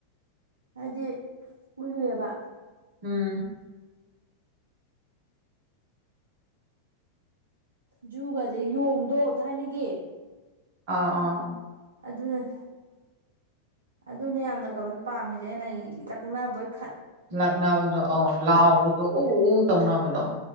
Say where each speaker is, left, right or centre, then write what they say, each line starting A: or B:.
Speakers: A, on the right; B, on the right.
A: ꯍꯥꯏꯗꯤ ꯄꯨꯜꯂꯨꯏꯌꯦꯕ
B: ꯎꯝ
A: ꯖꯨꯒꯁꯦ ꯌꯣꯡꯗꯣ ꯊꯥꯏꯅꯒꯤ
B: ꯑꯥ- ꯑꯥ
A: ꯑꯗꯨꯅ- ꯑꯗꯨꯅ ꯌꯥꯝꯅ ꯀꯣ ꯄꯥꯝꯃꯤꯁꯦ ꯑꯩꯅ ꯇꯛꯅꯕꯩ
B: ꯂꯛꯅꯕꯗꯣ ꯑ ꯂꯥꯎꯕꯗꯣ ꯎ -ꯎ ꯇꯧꯅꯕꯗꯣ